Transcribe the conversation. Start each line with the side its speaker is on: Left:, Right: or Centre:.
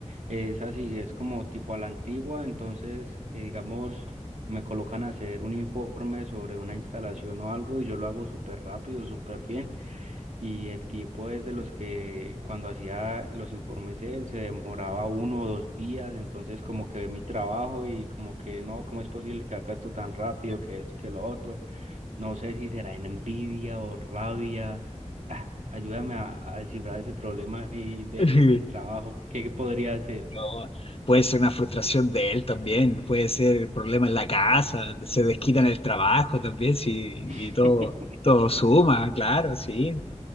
Right: es así, es como tipo a la antigua, entonces, eh, digamos, me colocan a hacer un informe sobre una instalación o algo y yo lo hago súper rápido, súper bien. Y el tipo es de los que cuando hacía los informes él se demoraba uno o dos días, entonces como que ve mi trabajo y como que no, ¿cómo es posible que haga esto tan rápido, que esto y que lo otro? No sé si será en envidia o rabia. Ah, ayúdame a, a descifrar ese problema ahí de,
Left: <laughs>
Right: de- del trabajo, ¿qué, qué podría hacer?
Left: No, puede ser una frustración de él también, puede ser problema en la casa, se desquita en el trabajo también, sí,
Right: <laughs>
Left: y todo, todo suma, claro, sí.